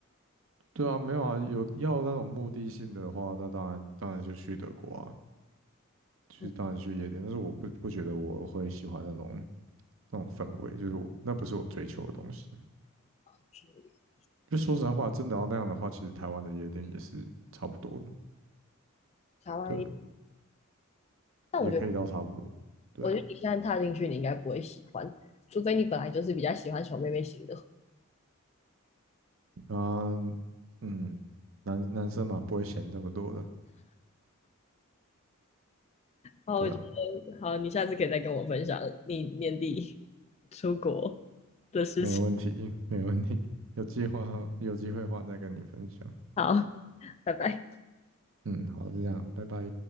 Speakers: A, on the right; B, on the left.
A: 对啊，没有啊，有要那种目的性的话，那当然当然就去德国啊，去当然去夜店。
B: 嗯，
A: 但是我不不觉得我会喜欢那种那种氛围，就是我那不是我追求的东西。
B: 是
A: 就说实在话，真的要那样的话，其实台湾的夜店也是差不多的，
B: 台湾，
A: 对啊，
B: 但我觉得
A: 也可以到差不多，对啊，
B: 我觉得你现在踏进去，你应该不会喜欢，除非你本来就是比较喜欢小妹妹型的。
A: 嗯嗯，男男生嘛不会嫌这么多的，
B: 好，
A: 对啊，
B: 我觉得好，你下次可以再跟我分享你年底出国的事情。
A: 没问题，没问题，有计划有机会的话再跟你分享。
B: 好，拜拜。
A: 嗯，好，就这样，拜拜。